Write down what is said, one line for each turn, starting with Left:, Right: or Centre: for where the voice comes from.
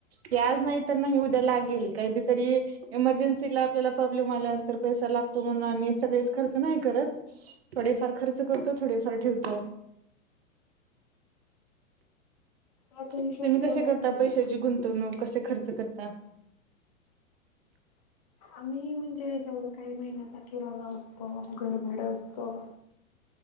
Right: ते आज नाही तर नाही उद्या लागेल काहीधी तरी. इमर्जन्सीला आपल्याला प्रॉब्लेम आल्यानंतर पैसा लागतो म्हणून आम्ही सगळेच खर्च नाही करत. थोडेफार खर्च करतो थोडेफार ठेवतो.
Left: याचा
Right: तुम्ही
Left: हिशोब ठेवला
Right: कसे करता
Left: पाहिजे
Right: पैशाची
Left: का?
Right: गुंतवणूक? कसे खर्च करता?
Left: आम्ही म्हणजे जेवढं काही महिन्याचा किराणा असतो, घरभाड असतो.